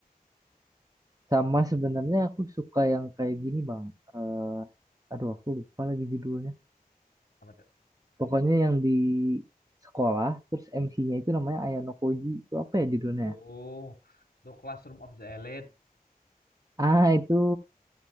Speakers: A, on the right; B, on the left.
A: sama sebenarnya aku suka yang kayak gini bang Eh aduh aku lupa lagi judulnya
B: apa tuh
A: pokoknya yang di sekolah terus MC-nya itu namanya Ayano Koji itu apa ya judulnya
B: oh
A: ya?
B: itu Classroom of the Elite
A: ah itu